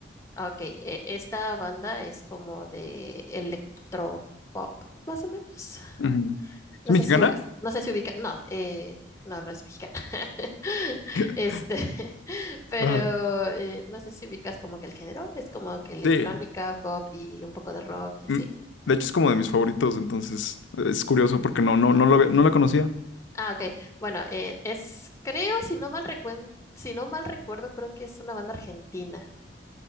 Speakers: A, on the left; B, on the left.
A: Ah, Ok, e- esta banda es como de electropop, más o menos.
B: Ujú.
A: No
B: ¿Es mexicana?
A: sé si, no sé si ubica, no, eh, no, no es mexicana. <laughs>
B: <laughs>
A: Este, <laughs> pero
B: ajá.
A: eh, no sé si ubicas como que el género, es como que electrónica,
B: Sí.
A: pop y un poco de rock y así.
B: Mm, De hecho, es como de mis favoritos, entonces es curioso porque no, no, no lo había- no la conocía.
A: Ah, ok. Bueno, eh, es, creo, si no mal recuen- si no mal recuerdo, creo que es una banda argentina.